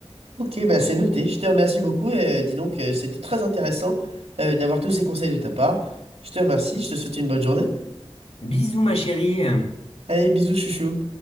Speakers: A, on the right (about 85°); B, on the left (about 80°).
A: Ok, bah c'est noté. Je te remercie beaucoup. Et, euh, dis donc, euh, c'était très intéressant euh, d'avoir tous ces conseils de ta part. Je te remercie. Je te souhaite une bonne journée.
B: Bisous, ma chérie.
A: Allez, bisous, chouchou.